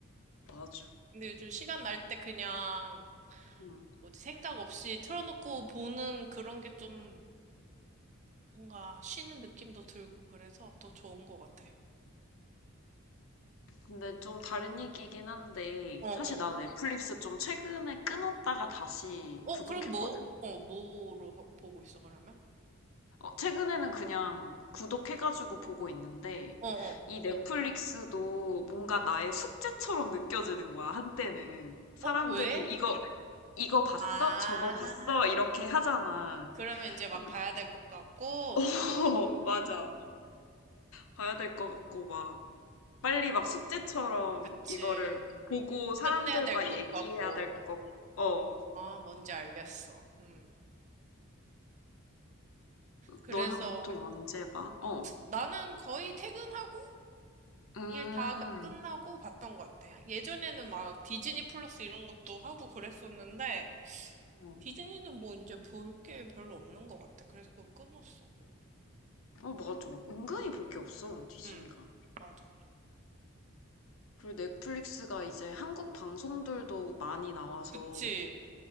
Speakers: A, on the left; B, on the right.
A: 맞아.
B: 근데 요즘 시간 날 때 그냥
A: 응.
B: 뭐지 생각 없이 틀어놓고 보는 그런 게 좀 뭔가 쉬는 느낌도 들고 그래서 더 좋은 것 같아.
A: 근데 좀 다른 얘기긴 한데,
B: 어, 어.
A: 사실 나는 넷플릭스 좀 최근에 끊었다가 다시
B: 어,
A: 구독했거든?
B: 그럼 뭐, 어, 뭐로 하- 보고 있어, 그러면?
A: 어, 최근에는 그냥 구독해가지고 보고 있는데,
B: 어, 어.
A: 이 넷플릭스도 뭔가 나의 숙제처럼 느껴지는 거야, 한때는. 사람들이
B: 어, 왜?
A: 이거, 이거 봤어?
B: 아,
A: 저거 봤어? 이렇게 하잖아.
B: 그러면 이제 막
A: <laughs>
B: 봐야 될 것 같고,
A: 어,
B: 음,
A: 맞아. 봐야 될 것 같고, 막, 빨리 막 숙제처럼
B: 그치.
A: 이거를 보고 사람들과
B: 끝내야 될 것
A: 얘기해야
B: 같고.
A: 될 것, 어.
B: 아, 뭔지 알겠어. 음. 그래서
A: 너는 보통 언제 봐? 어.
B: 나는 거의 퇴근하고
A: 음.
B: 일다 그, 끝나고 봤던 것 같아. 예전에는 막 디즈니 플러스 이런 것도 하고 그랬었는데,
A: 어,
B: 디즈니는 뭐 이제 볼 게 별로 없는 것 같아. 그래서 그거 끊었어, 그거.
A: 어, 맞아. 은근히
B: 음.
A: 볼 게 없어, 디즈니가.
B: 음. 맞아.
A: 그리고 넷플릭스가 이제 한국 방송들도 많이 나와서,
B: 그치.